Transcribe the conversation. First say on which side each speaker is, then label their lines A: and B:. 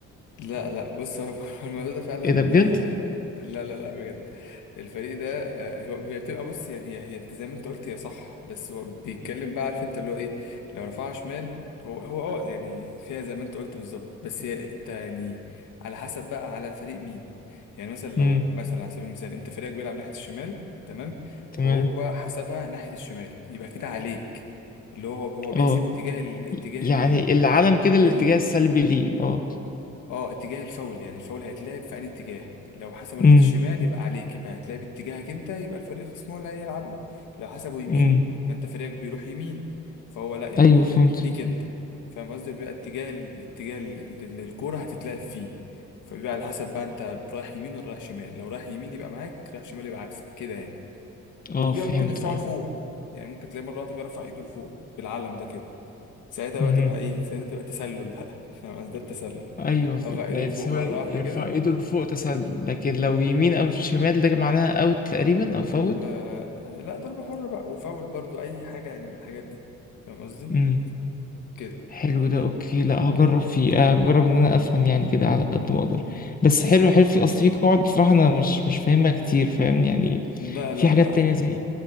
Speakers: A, on the left; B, on the left.
A: لا لا بص هو <laughs> الموضوع ده فعلا
B: إيه ده بجد؟
A: آه، لا لا لا بجد الفريق ده آه، هو هي بتبقى بص يعني هي هي انت زي ما انت قلت هي صح بس هو بيتكلم بقى عارف انت اللي هو ايه لو رفعها شمال هو هو اه يعني فيها زي ما انت قلت بالظبط بس هي انت يعني على حسب بقى على الفريق مين يعني مثلا لو
B: امم
A: مثلا على سبيل المثال انت فريقك بيلعب ناحية الشمال تمام
B: تمام
A: وهو حسبها ناحية الشمال يبقى كده عليك اللي هو هو هو بيحسب
B: اه
A: اتجاه الاتجاه
B: يعني العلم
A: الاتجاه
B: كده الاتجاه السلبي ليه اه
A: اه اتجاه الفاول يعني الفاول هيتلعب في انهي اتجاه لو حسبه ناحية
B: امم
A: الشمال يبقى عليك يبقى هيتلعب اتجاهك انت يبقى الفريق الخصم هو اللي هيلعبه لو حسبه يمين
B: امم
A: ما انت فريقك بيروح يمين فهو لا يعني
B: ايوه فهمت
A: ليك انت فاهم قصدي بيبقى اتجاه الاتجاه اللي الكورة هتتلعب فيه فبيبقى على حسب بقى انت رايح يمين ولا رايح شمال لو رايح يمين يبقى معاك رايح شمال يبقى عكسك كده يعني
B: اه
A: وبيبقى
B: فهمت
A: ممكن الفاول
B: اه
A: فوق يعني ممكن تلاقي مرة واحدة كده رفع ايده لفوق بالعلم ده كده ساعتها
B: مهم.
A: بقى تبقى ايه ساعتها تبقى تسلل بقى <laughs> فاهم قصدي؟ ده التسلل
B: ايوه ف-
A: رفع ايده
B: ده
A: لفوق
B: ثواني
A: مره واحده
B: يرفع
A: كده
B: ايده لفوق تسلل لكن لو يمين او شمال ده معناها اوت تقريبا او فاول
A: آه آه لا ضربه حره بقى وفاول برضو اي حاجه يعني من الحاجات دي فاهم قصدي
B: امم
A: كده
B: حلو ده اوكي لا هجرب فيه آه، هجرب ان انا افهم يعني كده على قد ما اقدر
A: مم.
B: بس حلو حلو في اصل في قواعد بصراحه انا مش مش فاهمها كتير فاهمني يعني
A: لا
B: في
A: لا
B: حاجات
A: لا عادي
B: تانية زي